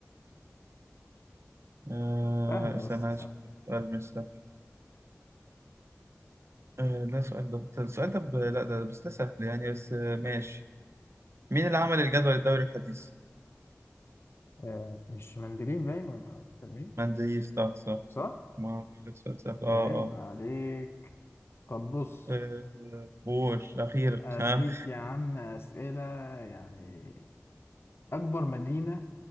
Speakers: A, on the right (about 60°); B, on the left (about 50°).
A: آه...
B: سهلة
A: استنى
B: يا اسطى سهلة
A: أشوف لك سؤال مش سهل آه... لا سؤال ده السؤال ده ب... لا ده بس ده سهل يعني بس آه... ماشي مين اللي عمل الجدول الدوري الحديث؟
B: آه مش مندليف باين ولا كان مين؟
A: مندليف صح صح
B: صح؟
A: صح ما هو سؤال سهل
B: عيب
A: اه اه
B: عليك طب بص
A: آه، قول أخيرا
B: أديك
A: ها
B: يا عم أسئلة يعني أكبر مدينة